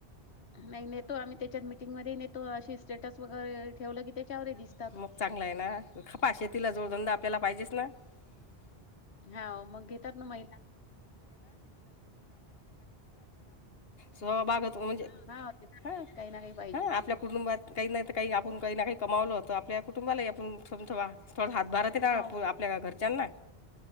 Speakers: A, on the left; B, on the left.
A: नाही, नेतो आम्ही. तेच्यात मीटिंग मध्येही नेतो, अशी स्टेटस वगैरे ठेवलं की -
B: <unintelligible>
A: <unintelligible>
B: <unintelligible> <unintelligible>
A: हा मग घेतात ना महिला
B: सहभाग होतो, म्हणजे
A: हा ते तर
B: ह.
A: आहेच, काही ना काही पाहिजे
B: ह. आपल्या - कुटुंबात काही नाही, त आपण काही ना काही कमावन होतं, आपल्या कुटुंबाले आपण थमथवा. थोडा हातभार हाते का
A: हा
B: आपल्या घरच्यांना?